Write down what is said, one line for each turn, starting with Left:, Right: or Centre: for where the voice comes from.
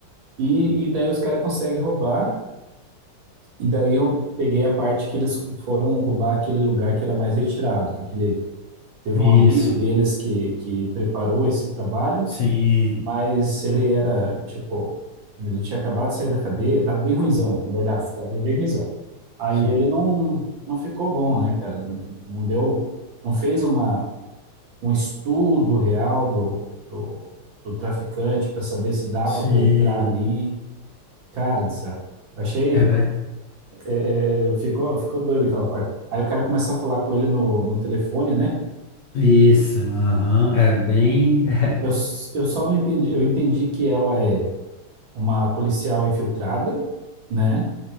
Right: E, e daí os caras conseguem roubar. E daí eu peguei a parte que eles foram roubar aquele lugar que era mais retirado, que aquele Teve
Left: Isso.
Right: um amigo deles que, que preparou esse trabalho,
Left: Sim.
Right: mas ele era, tipo, ele tinha acabado de sair da cadeia, tava bem ruinzão, na verdade, tava bem ruinzão. Aí
Left: Sim.
Right: ele não, não ficou bom, né, cara? Não deu, não fez uma, um estudo real do, do, do traficante para saber se dava
Left: Sim.
Right: para entrar ali. Cara do céu, achei,
Left: É verdade.
Right: é, é, ficou, ficou doido aquela parte. Aí o cara começa a falar com ele no, no telefone, né?
Left: Isso. Aham. É bem. <laughs>
Right: Eu, s- eu só não entendi. Eu entendi que ela é uma policial infiltrada, né?